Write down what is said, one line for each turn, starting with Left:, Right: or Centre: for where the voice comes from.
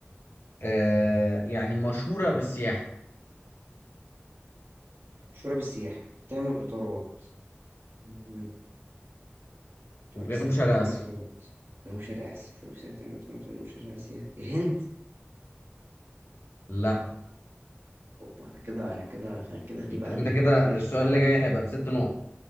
Left: آه يعني مشهورة بالسياحة
Right: شرب السياحه تعمل اطارات مم. شرب
Left: وفي
Right: السياحه
Left: جنوب شرق
Right: تعمل
Left: آسيا
Right: اطارات جنوب شرق اسيا شرب السياحه تعمل اطارات جنوب شرق اسيا الهند
Left: لا
Right: اوبا انا كده انا كده انا كده هجيب
Left: انت
Right: اقل
Left: انت
Right: منك
Left: كده
Right: ماشي
Left: السؤال اللي جاي هيبقى بست نقط